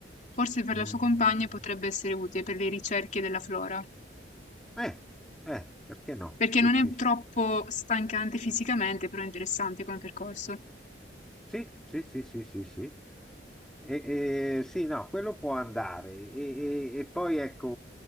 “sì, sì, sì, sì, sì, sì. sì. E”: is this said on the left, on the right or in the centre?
Centre